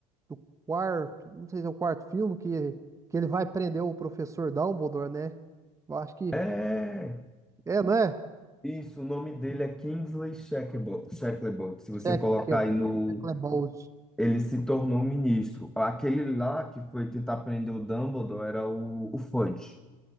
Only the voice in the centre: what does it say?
É,
isso, o nome dele é Kingsley Shacklebolt, Shacklebolt. Se você
colocar aí no...
Ele se tornou um ministro. Aquele lá que foi tentar prender o Dumbledore era o, o Fudge.